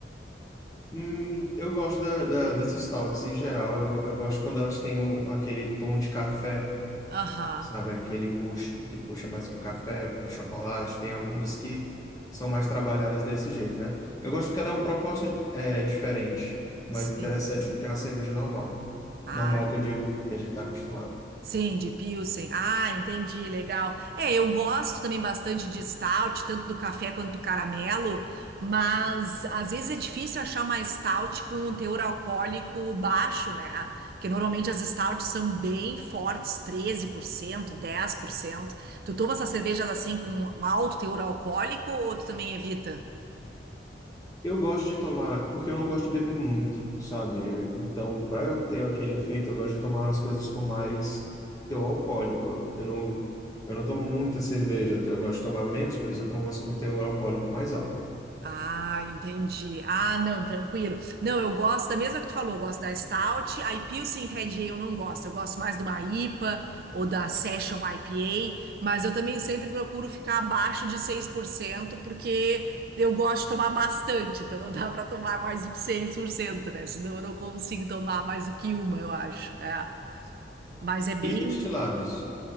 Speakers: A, on the left; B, on the right.
A: Hum, eu gosto da- da- das stouts em geral, eu, go- eu gosto quando elas têm o- aquele tom de café.
B: Aham.
A: sabe? Aquele gosto que puxa mais pro café, pro chocolate. Tem algumas que são mais trabalhadas desse jeito, né? Eu gosto porque ela é uma proposta é, diferente, mais
B: Sim.
A: interessante do que uma cerveja normal.
B: Ai,
A: Normal que eu digo que a gente está acostumado.
B: sim, de Pilsen. Ah, entendi, legal. É, eu gosto também bastante de stout, tanto do café quanto do caramelo, mas às vezes é difícil achar uma stout com um teor alcoólico baixo, né? Porque normalmente as stouts são bem fortes, treze por cento dez por cento Tu toma essas cervejas assim com um alto teor alcoólico ou tu também evita?
A: Eu gosto de tomar, porque eu não gosto de beber muito, sabe? Então, para eu ter aquele efeito, eu gosto de tomar as coisas com mais teor alcoólico. Eu não, eu não tomo muita cerveja, eu gosto de tomar menos, por isso eu tomo umas com teor alcoólico mais alto.
B: Ah, entendi. Ah, não, tranquilo. Não, eu gosto da mesma que tu falou, eu gosto da Stout. A Pilsen Red Ale eu não gosto. Eu gosto mais de uma IPA ou da Session IPA, mas eu também sempre procuro ficar abaixo de seis por cento porque eu gosto de tomar bastante, então não dá pra tomar mais do que 6%, né? Senão eu não consigo tomar mais do que uma, eu acho. É. Mas é bem.
A: E destilados?